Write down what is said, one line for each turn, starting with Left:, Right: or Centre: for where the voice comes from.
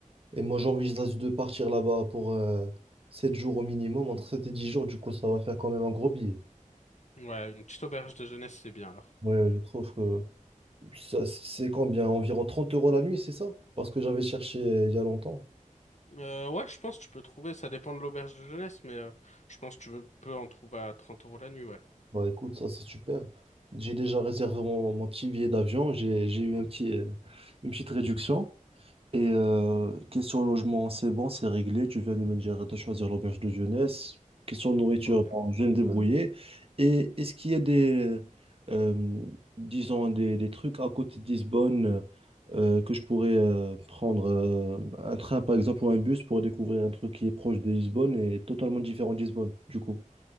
Right: Et moi, j'envisage de partir là-bas pour euh, 7 jours au minimum, entre 7 et 10 jours. Du coup, ça va faire quand même un gros billet.
Left: Ouais, une petite auberge de jeunesse, c'est bien alors.
Right: Ouais, je trouve que ça, c'est combien? Environ 30 euros la nuit, c'est ça? Parce que j'avais cherché euh, il y a longtemps.
Left: Euh, ouais, je pense que tu peux trouver, ça dépend de l'auberge de jeunesse, mais euh, je pense que tu veux- peux en trouver à 30 euros la nuit, ouais.
Right: Bah écoute, ça c'est super. J'ai déjà réservé mon, mon petit billet d'avion, j'ai, j'ai eu un petit, euh, une petite réduction. Et euh, question logement, c'est bon, c'est réglé. Tu viens de me dire de choisir l'auberge de jeunesse. Question nourriture,
Left: Ouais, bien.
Right: bon, je vais me débrouiller. Et est-ce qu'il y a des, euh, disons, des, des trucs à côté de Lisbonne euh, que je pourrais euh, prendre euh, un train, par exemple, ou un bus pour découvrir un truc qui est proche de Lisbonne et totalement différent de Lisbonne, du coup?